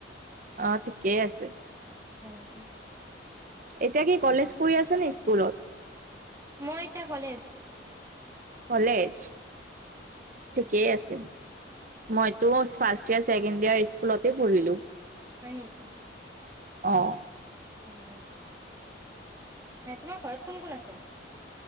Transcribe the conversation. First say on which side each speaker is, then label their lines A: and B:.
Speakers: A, on the right; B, on the right.
A: অঁ, ঠিকেই আছে।
B: উম, ওঁ।
A: এতিয়া কি কলেজ পঢ়ি আছে নে স্কুলত?
B: মই এতিয়া কলেজ।
A: কলেজ? ঠিকে আছে। মইটো ফাৰ্ষ্ট ইয়েৰ, ছেকেণ্ড ইয়েৰ স্কুলতে পঢ়িলোঁ।
B: হয় নেকি?
A: অঁ
B: নিজৰ গাঁৱত আছিলোঁ। তোমাৰ ঘৰত কোন কোন আছে?